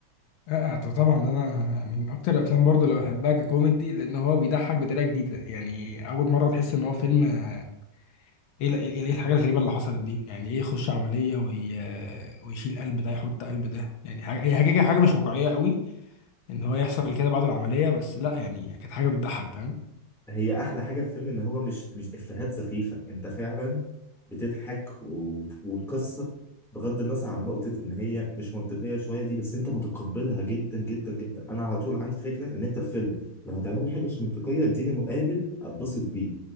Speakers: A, on the left (about 80°); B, in the centre.
A: آه، آه، طبعا انا من اكتر الافلام برضه اللي بحبها ككوميدي لان هو بيضحك بطريقه جديده يعني اول مره تحس ان هو فيلم آه، ايه ال- ايه إيه الحاجه الغريبه اللي حصلت دي يعني ايه يخش عمليه وي... آه، ويشيل قلب ده يحط قلب ده يعني حاجه هي حاجه حاجه مش واقعيه قوي ان هو يحصل كده بعد العمليه بس لا يعني كانت حاجه بتضحك فاهم
B: هي احلى حاجه في الفيلم ان هو مش مش افيهات سخيفه انت فعلا بتضحك و... والقصه بغض النظر عن نقطه ان هي مش منطقيه شويه دي بس انت متقبلها جدا جدا جدا انا على طول عندي فكره ان انت الفيلم لو هتعمل لي حاجه مش منطقيه اديني مقابل اتبسط بيه